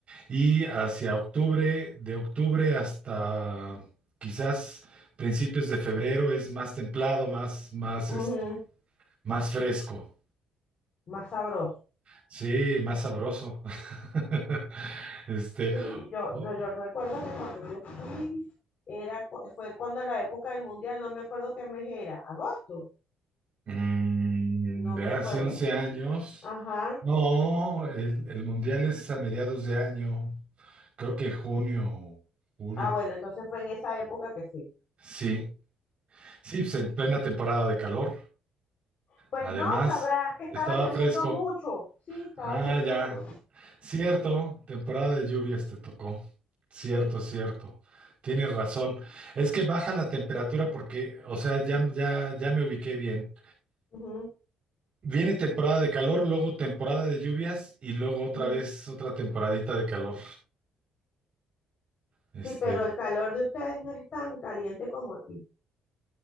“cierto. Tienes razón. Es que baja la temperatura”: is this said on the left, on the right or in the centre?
Right